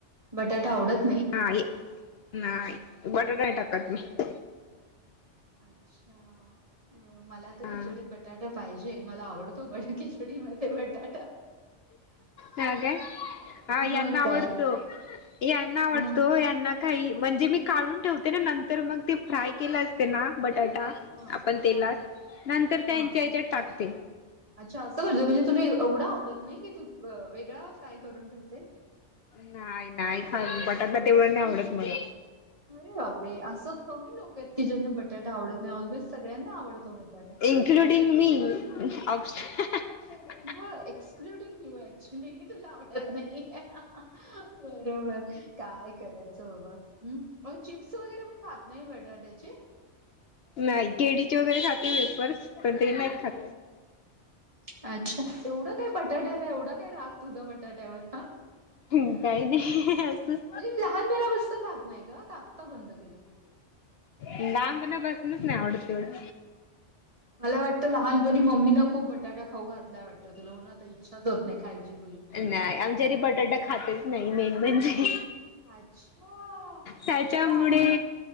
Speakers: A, on the right; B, on the left.
A: बटाटा आवडत
B: नाही नाही बटाटा नाय टाकत मी.
A: अच्छा, मला आ तर
B: हा
A: खिचडीत बट बटाटा पाहिजे. मला आवडतो खिचडीमध्ये बटाटा.
B: हा काय? हा
A: मग
B: यांना आवडतो
A: काय?
B: यांना आवडतो.
A: हा
B: यांना काही म्हणजे मी काढून ठेवते ना नंतर मग ते फ्राय केलं असते ना बटाटा
A: हा
B: आपण तेलात,
A: हा
B: नंतर त्यांच्या
A: हा.
B: हच्यात टाकते.
A: अच्छा असं करते, म्हणजे तुला एवढं आवडत नाही, की तू वेगळा फ्राय करून ठेवते.
B: नाही, नाही खात बटाटा तेवढं नाही आवडत मला.
A: अरे बापरे, ! असं कमी लोकं आहेत की ज्यांना बटाटा आवडत नाही, ऑलमोस्ट सगळ्यांना आवडतो बटाटा.
B: इन्क्लूडिंग मी. हं ह हं <unintelligible>
A: नो एक्सक्लुडिंग यू ऍक्च्युली की तुला आवडत नाहीये. हा बरोबर, काय करायचं बाबा, हं मग चिप्स वगैरे खात नाही बटाट्याचे.
B: नाही, केळीचे वगैरे खाते वेफर्स, पण ते नाही खात.
A: अच्छा, एवढं काय बटाट्याला, एवढा काय राग तुझा बटाट्यावर हा.
B: हं काही नाही असंच.
A: तु लहानपणापासून खात नाही का आत्ता बंद केलं.
B: लहानपणापासनचं नाय आवडतं तेवढं.
A: मला वाटतं लहानपणी मम्मींनं खूप बटाटा खाऊ घातलाय वाटतं तुला, म्हणून आता इच्छाच होत नाही. खायची तुझी.
B: नाही, आमच्या घरी बटाटा खातच नाही मेन म्हणजे.
A: अच्छा.
B: त्याच्यामुळे
A: बाबा आमच्या